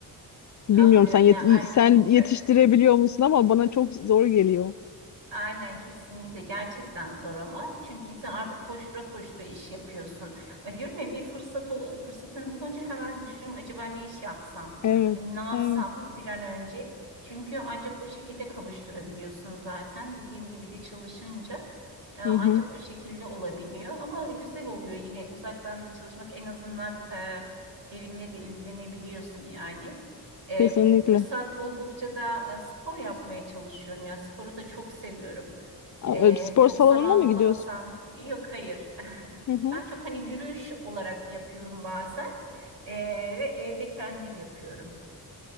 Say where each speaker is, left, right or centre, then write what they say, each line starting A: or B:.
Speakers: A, on the left; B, on the right.
A: Bilmiyorum
B: Anlıyorum
A: sen yet-
B: ya
A: y-
B: anne
A: sen
B: olunca
A: yetiştirebiliyor musun ama bana çok zor geliyor.
B: aynen kesinlikle gerçekten zor ama çünkü insan artık koştura koştura iş yapıyorsun. Ay Diyorum ya bir fırsat ol- fırsatını bulunca hemen düşünüyorum acaba ne iş yapsam?
A: Evet,
B: Hani ne yapsam
A: evet.
B: bir an önce? Çünkü ancak o şekilde kavuşturabiliyorsun zaten. Dediğim gibi de çalışınca e, ancak
A: Hı hı.
B: o şekilde olabiliyor ama güzel oluyor yine uzaktan da çalışmak en azından e, evinle de ilgilenebiliyorsun yani. E,
A: Kesinlikle.
B: Fırsat buldukça da e, spor yapmaya çalışıyorum. Ya sporu da çok seviyorum.
A: A-
B: E,
A: e, Spor
B: çok
A: salonuna
B: zaman
A: mı
B: bulamasan
A: gidiyorsun?
B: yok hayır. <laughs>
A: Hı hı.
B: Ben çok hani yürüyüş olarak yapıyorum bazen E, ve evde kendim yapıyorum.